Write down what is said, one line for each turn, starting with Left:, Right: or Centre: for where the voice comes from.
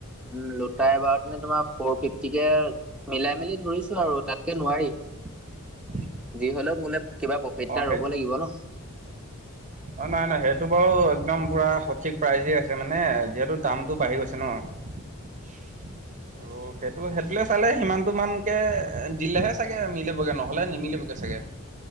Centre: উম তাই এবাৰতে তোমাৰ ফৰ ফিফটিকে মিলাই মেলি ধৰিছো আৰু তাতকে নোৱাৰি।
Right: <inaudible>
Centre: যি হ'লেও মোলে কিবা প্ৰফিট
Right: অঁ
Centre: এটা ৰব লাগিব ন।
Right: অ নাই নাই সেইটো বাৰু একদম পুৰা সঠিক প্ৰাইজে আছে মানে যিহেতু দামটো বাঢ়ি গৈছে ন। <inaudible> আৰু সেইটো সেইটোলে চালে সিমানটো মানকে দিলেহে চাগে মিলিবগে নহ'লে নিমিলিবগে চাগে